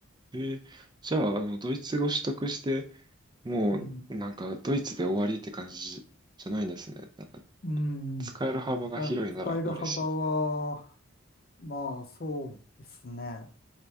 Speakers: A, on the right; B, on the left.
A: へえー。じゃあ、あの、ドイツ語取得して、もう、
B: うん。
A: なんか、ドイツで終わりって感じじゃないんですね。なんか、
B: うん。
A: 使える幅が広いなら嬉しいです。
B: だ使える幅は、まあそうですね。